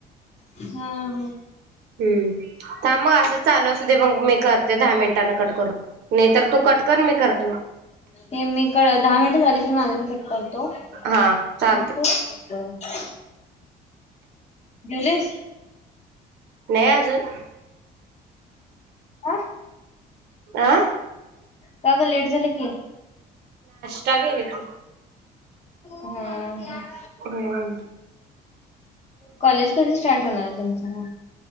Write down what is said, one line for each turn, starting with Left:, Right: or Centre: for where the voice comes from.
Left: हम्म हम.
Right: हम्म. हां मग असं चालू असू दे मग, मी करते दहा मिनिटांने कट करून, नाही तर तू कट कर मी करते.
Left: हे मी क दहा मिनट झाले की माझा मी कट करतो. हम्
Right: हा चालते
Left: खप. ज्युलस.
Right: नाही अजून.
Left: ह
Right: अ
Left: का का लेट झालं की?
Right: जागेले त.
Left: हम् ह.
Right: हो.
Left: कॉलेज कधी स्टार्ट होणार तुमचा?